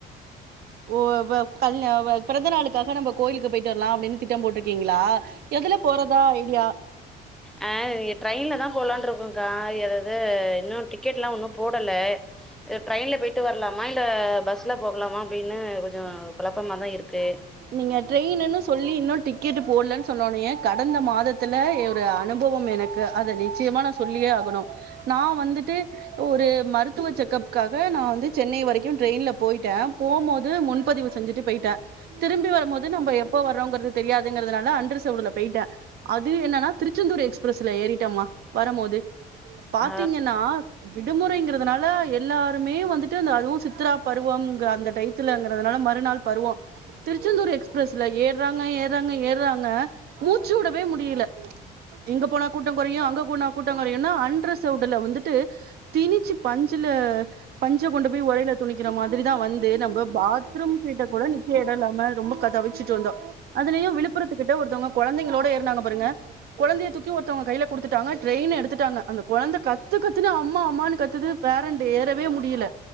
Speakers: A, on the right; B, in the centre.
A: ஓ ஓ கால் பிறந்தநாளுக்காக நம்ம கோயிலுக்கு போயிட்டு வரலாம் அப்டின்னு திட்டம் போட்டிருக்கீங்களா எதுல போறதா ஐடியா
B: அ ட்ரெயின்ல தா போலான்னு இருக்கோக்கா ஏதா இன்னும் டிக டிக்கெட்லா ஒன்னும் போடல ட்ரெயின்ல போயிட்டு வரலாமா இல்ல பஸ்ல போகலாமா அப்டின்னு கொஞ்சொ குழப்பமா தா இருக்கு
A: நீங்க ட்ரெயின்ன்னு சொல்லி இன்னு டிக்கெட் போடலன்னு சொன்னோன கடந்த மாதத்துல ஒரு அனுபவம் எனக் கு அத நிச்சயமா நா சொல்லியே ஆகணு நா வந்துட்டு ஒரு மருத்துவ செக்கப்காக நா வந்து சென்னை வரைக்கு ட்ரெயின்ல போயிட்டே போபோது முன் பதிவு செஞ்சுட்டு போயிட்ட திரும்பி வருபோது நம்ம எப்போ வர்ரோங்றது தெரியாதுங்கறதுனால அன் அன்ரிசவர்டுல போயிட்ட அது என்னன்னா திருச்செந்தூரு எக்ஸ்பிரஸ்ல ஏறிட்டேம்மா வரபோது பாத்தீங்கனா
B: ஆ
A: விடுமுறைங்றதுனால எல்லாருமே வந்துட்டு அந்த அதுவு சித்தரா பருவம்ங்க அந்த டயத்துல அங்க அதனால மறுநாள் பருவோ திருச்செந்தூர் எக்ஸ் எக்ஸ்பிரஸ்ல ஏறாங்க ஏறாங்க ஏறாங்க மூச்சு உடவே முடில இங்க போனா கூட்டொ கொறையு அங்க போனா கூட்டொ கொறையுன்னா அன் ரிசர்வட்ல வந்துட்டு திணிச்சு பஞ்சுல பஞ்ச கொண்டு போய் ஒரையில துணிக்கற மாரிதா வந்து நம்ம பாத் கூட நிக்க கூட எடல்லாம ரொம்ப கதவிச்சுட்டு வந்தோ அதுலயு விழுப்புரத்துக்கிட்ட ஒருத்தங்க கொழந்தைங்களோட ஏறனாங்க பாருங்க கொழந்தைய தூக்கி ஒருத்தவங்க கையில குடுத்துட்டாங்க ட்ரெயின் எடுத்துட்டாங்க அந்த கொழந்த கத்துக் கத்துன்னு அம்மா அம்மான்னு கத்துது பேரன்டு ஏறவே முடில